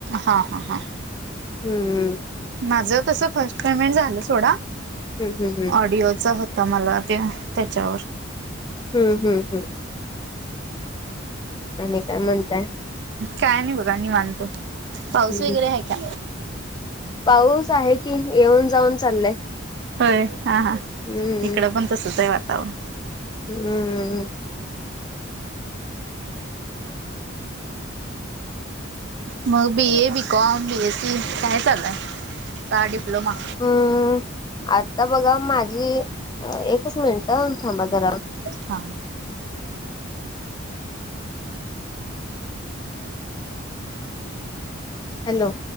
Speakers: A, on the right; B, on the left.
A: हा हा हा.....
B: हम्म्.....
A: माझ तस फर्स्ट पेमेंट झालं सोडा.
B: हम्म हम्म हम्म
A: ऑडिओ चा होता मला ते त्याच्यावर......
B: हम्म हम्म हम्म आणि काय म्हणताय.
A: काय नाही बघा निवात पाऊस
B: हम्म
A: वगैरे आहे. का.....
B: पाऊस आहे. की येऊन जाऊन चाललंय....
A: होय हा हा....
B: हम्म...
A: इकडं पण तसंच आहे. वातावरण...
B: हम्म्म्म.....
A: मग बी ए. बीकॉम. बीएसी. काय चाललंय काय डिप्लोमा....
B: हम्म आता बघा माझी एकच मिनिट एकच थांबा जरा......
A: हा.....
B: हॅलो.....